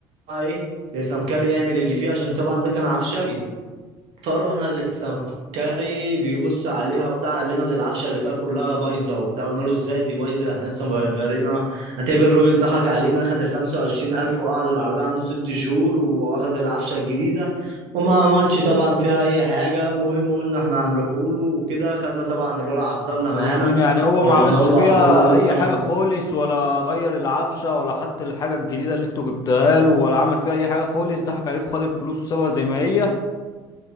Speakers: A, on the right (about 65°); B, on the left (about 40°).
A: إيه لسمكري يعمل اللي فيها عشان طبعا ده كان عفشجي فروحنا للسمكري بيبص عليها وبتاع قال لنا دي العفشه اللي فيها كلها بايظه وبتاع قلنا له ازاي دي بايظه احنا لسه مغيرينها هتقابل الراجل ضحك علينا اخد ال 25000 وقعد العربيه عنده ست شهور واخد العفشه الجديده وما عملش طبعا فيها اي حاجه المهم قلنا احنا هنروح له وكده خدنا طبعا الولد عبد الله
B: يلا
A: معانا
B: بينا يعني هو
A: ورحنا
B: ما عملش
A: له
B: فيها
A: عبد الله قال له
B: اي
A: في واحد
B: حاجه خالص ولا غير العفشه ولا حتى الحاجه الجديده اللي انتوا جبتها له ولا عمل فيها اي حاجه خالص ضحك عليكم خد الفلوس وسابها زي ما هي